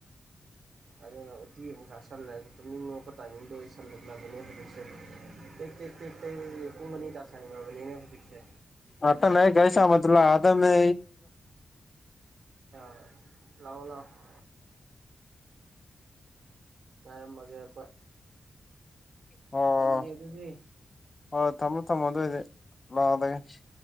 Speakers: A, on the right (about 75°); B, on the left (about 40°).
A: ꯑꯗꯨꯅ ꯎꯇꯤ ꯑꯃ ꯁꯥ ꯁꯜꯂꯦ ꯑꯗꯨ ꯇꯨꯅꯤꯡꯉꯛꯄ ꯇꯥꯏꯃꯤꯡꯗꯣ ꯑꯣꯏꯁꯜꯂꯛꯂꯕꯅꯦ ꯍꯧꯟꯖꯤꯛꯁꯦ ꯊ ꯊ ꯊ ꯊ ꯄꯨꯡꯕꯅꯤ ꯇꯥꯁꯅꯒ꯭ꯔꯕꯅꯤꯅ ꯍꯧꯖꯤꯛꯁꯦ
B: ꯑꯠꯇꯅꯦ ꯀꯩꯁ ꯃꯗꯨꯂ ꯑꯃꯦ
A: ꯑ ꯂꯑꯣ ꯂꯥꯛꯑꯣ ꯉꯥꯏꯔꯝꯃꯒꯦ ꯑꯩꯈꯣꯏ
B: ꯑꯣ
A: ꯉꯔꯝꯃꯒꯦ ꯑꯗꯨꯗꯤ
B: ꯍꯣꯏ ꯊꯝꯃꯣ ꯊꯝꯃꯣ ꯑꯗꯨꯑꯣꯏꯗꯤ ꯂꯥꯛꯑꯗꯒꯦ